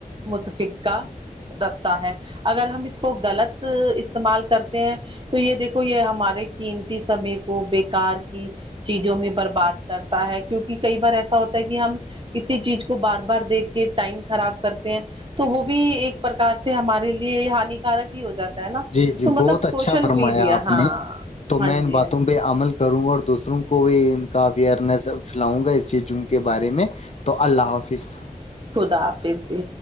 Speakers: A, on the right; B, on the left.
A: متفقہ رستہ ہے اگر ہم اس کو غلط استعمال کرتے ہیں تو یہ دیکھو یہ ہمارے قیمتی سمے کو بےکار کی چیزوں میں برباد کرتا ہے کیونکہ کئی بار ایسا ہوتا ہے کہ ہم کسی چیز کو بار بار دیکھ کے ٹائم خراب کرتے ہیں تو وہ بھی ایک پرکار سے ہمارے لیے ہانیکارک ہی ہو جاتا ہے نا
B: جی جی
A: تو مطلب
B: بہت اچھا
A: سوشل
B: فرمایا
A: میڈیا
B: آپ
A: ہاں
B: نے تو
A: ہاں
B: میں ان
A: جی
B: باتوں
A: ہاں
B: عمل کروں گا اور دوسروں کو بھی ان کا اوئرنیس پھیلاؤں گا اس چیز ج کے بارے میں تو اللہ حافظ
A: خدا حافظ جی